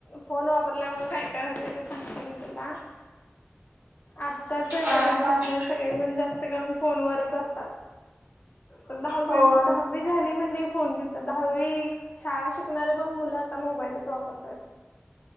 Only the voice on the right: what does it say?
हा
सांग
हो